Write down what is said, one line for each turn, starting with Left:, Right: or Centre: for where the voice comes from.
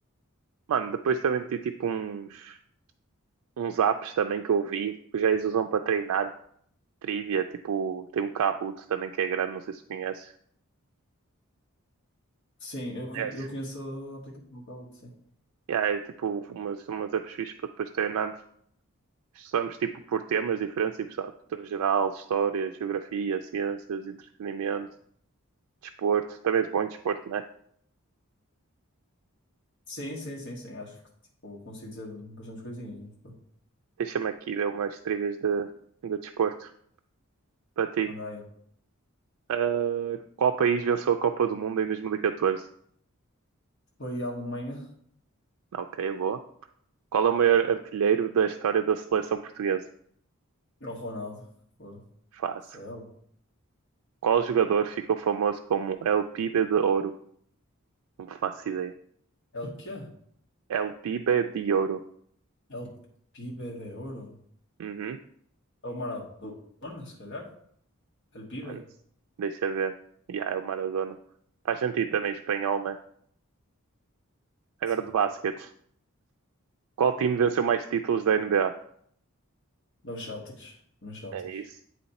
Right: mano, depois também tem tipo uns, uns apps também que eu vi, que os gays usam para treinar. Trivia, tipo, tem um Kahoot também que é grande, não sei se conhece
Left: Sim, eu, co-
Right: É,
Left: eu conheço a aplicação, o Kahoot, sim.
Right: yeah, é tipo umas, umas apps fixas para depois treinarmos. Estudamos tipo por temas diferentes, tipo, sabe, cultura geral, história, geografia, ciências, entretenimento, desporto. Também és bom em desporto, né?
Left: Sim, sim, sim, sim. Acho que tipo, consigo dizer bastantes coisinhas. Mas, pô,
Right: Deixa-me aqui ver umas trivias de, de desporto para ti.
Left: manda aí.
Right: Ah, qual país venceu a Copa do Mundo em 2014?
Left: Foi a Alemanha
Right: Ok, boa. Qual é o maior artilheiro da história da seleção portuguesa?
Left: ao Ronaldo. Pô,
Right: Fácil.
Left: céu.
Right: Qual jogador ficou famoso como El Pibe de Ouro? Não faço ideia.
Left: É o quê?
Right: El Pibe de Ouro.
Left: É o Pibe de Ouro.
Right: Uhum.
Left: É o Maradona, se calhar. É o Pibe.
Right: Antes, deixa ver. Yeah, é o Maradona. Faz sentido também espanhol, né? Agora
Left: Sim.
Right: de basquete. Qual time venceu mais títulos da NBA?
Left: Dá os Celtics. Meus Celtics.
Right: É isso.